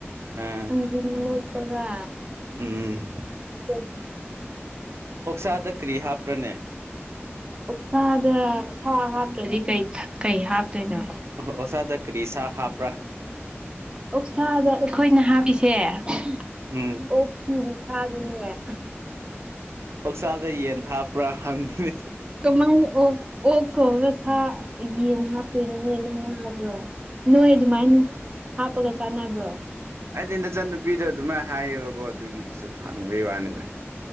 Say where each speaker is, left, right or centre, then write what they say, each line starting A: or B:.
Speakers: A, on the right (about 70°); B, on the right (about 20°).
A: ꯑꯥ
B: ꯊꯥꯡꯖꯤꯡ ꯃꯦꯠꯄꯒ
A: ꯎꯝ
B: <unintelligible>
A: ꯑꯣꯛꯁꯥꯗ ꯀꯔꯤ ꯍꯥꯞꯄ꯭ꯔꯅꯦ
B: ꯑꯣꯛꯁꯥꯗ ꯁꯥ ꯍꯥꯞꯇ꯭ꯔꯗꯤ ꯀꯩ ꯍꯥꯞꯇꯣꯏꯅꯣ
A: ꯑꯣꯛꯁꯥꯗ ꯀꯔꯤ ꯁꯥ ꯍꯥꯞ
B: ꯑꯣꯛꯁꯥꯗ ꯑꯩꯈꯣꯏꯅ ꯍꯥꯞꯄꯤꯁꯦ ꯑꯣꯛꯀꯤ
A: ꯎꯝ
B: ꯃꯁꯥꯗꯨꯅꯤ
A: ꯑꯣꯛꯁꯥꯗ ꯌꯦꯟ ꯍꯥꯞꯄ꯭ꯔꯥ ꯍꯪꯈꯤꯅꯦ
B: ꯀꯃꯥꯏꯅ ꯑꯣꯛ ꯑꯣꯛ ꯊꯣꯡꯔꯒ ꯁꯥ ꯌꯦꯟ ꯍꯥꯞꯇꯣꯏꯅꯣ ꯍꯦ ꯅꯪ ꯉꯥꯎꯕ꯭ꯔꯣ ꯅꯣꯏ ꯑꯗꯨꯃꯥꯏꯅ ꯍꯥꯞꯄꯒ ꯆꯥꯟꯅꯕ꯭ꯔꯣ
A: ꯍꯥꯏꯗꯤ ꯅꯆꯟꯅꯨꯄꯤꯗꯣ ꯑꯗꯨꯃꯥꯏꯅ ꯍꯥꯏꯌꯦꯕꯀꯣ ꯑꯗꯨꯒꯤ ꯁꯨꯝ ꯍꯪꯕꯒꯤ ꯋꯥꯅꯤꯗ